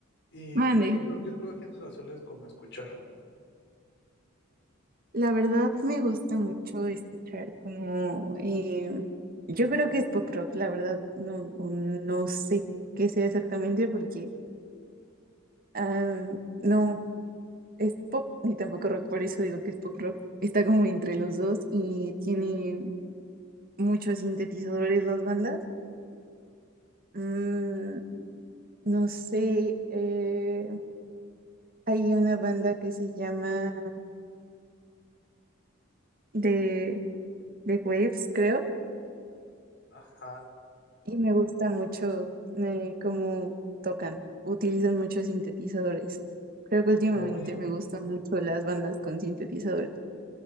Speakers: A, on the left (about 55°); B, on the right (about 45°).
A: y
B: Mande,
A: por ejemplo, ¿qué otro género sueles como escuchar?
B: la verdad me gusta mucho escuchar como, eh, yo creo que es pop rock, la verdad, no, o no sé qué sea exactamente porque... ah, no, es pop ni tampoco rock, por eso digo que es pop rock. Está como entre los dos y tienen muchos sintetizadores las bandas. Mm, no sé, eh, hay una banda que se llama The, The Waves, creo,
A: Ajá.
B: y me gusta mucho eh, cómo tocan. Utilizan muchos sintetizadores. Creo que últimamente
A: Oye,
B: me gustan mucho las bandas con sintetizadores.